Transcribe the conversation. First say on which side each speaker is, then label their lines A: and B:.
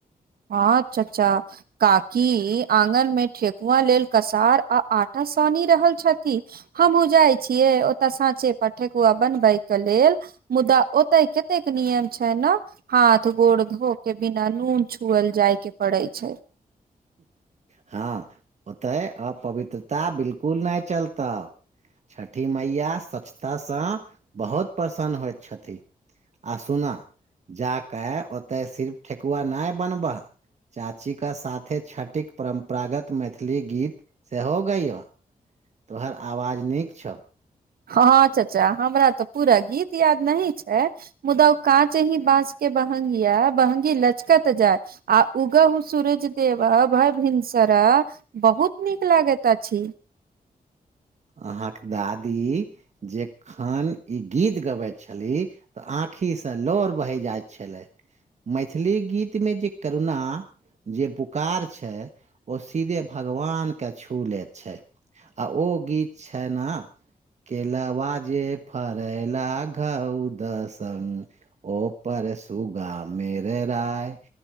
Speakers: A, on the right (about 85°); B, on the right (about 50°).
A: हँ चच्चा काकी आँगन मे ठेकुआ लेल कसार आ आटा सानि रहल छथि हमहु जाइ छियै ओतय साँचे पर ठकुआ बनबै के लेल मुदा ओतऽ कतेक नियम छै न हाथ गोड़ धोक के बिना नून छु खुअल जाय के पड़े छै
B: हँ ओतय अपवित्रता बिल्कुल नहि चलतौ छठि मैया स्वच्छतासँ बहुत प्रसन्न होइत छथिन आ सुनअ जाके ओते सिर्फ ठेकुआ नहि बनबह चाची के साथ थे छठिके परम्परागत मैथिली गीत सेहो गैयो तोहर आवाज नीक छौ
A: हँ हँ चच्चा हमरा तऽ पूरा गीत याद नहि छै मुदा काँचही बाँस के बहंगिया बंहगी लचकत जाय आ उगहु सूरज देव भय भिनसरह बहुत नीक लागैत अछि
B: अहाँके दादी जेखन ई गीत गबैत छली तऽ आँखिसँ लोर बहि जाइत छलै मैथिली गीतमे जे करुणा जे पुकार छै ओ सीधे भगवान के छू ले छै आ ओ गीत छै ना केलवा जे फरैला घउ दसङ् ओपर सूगा मेर राय